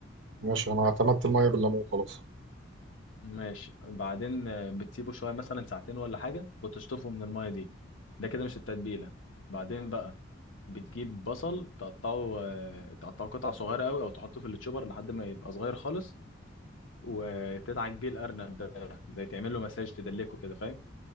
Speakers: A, on the right; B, on the left.
A: ماشي انا اعتمدت الميه بالليمون خلاص
B: ماشي بعدين آه، بتسيبه شويه مثلا ساعتين ولا حاجه وتشطفه من الميه دي ده كده مش التتبيله بعدين بقى بتجيب بصل تقطعه آه، تقطعه قطع صغيره قوي او تحطه في التشوبر لحد ما يبقى صغير خالص وتدعك بيه الارنب ده زي تعمل له مساج تدلكه كده فاهم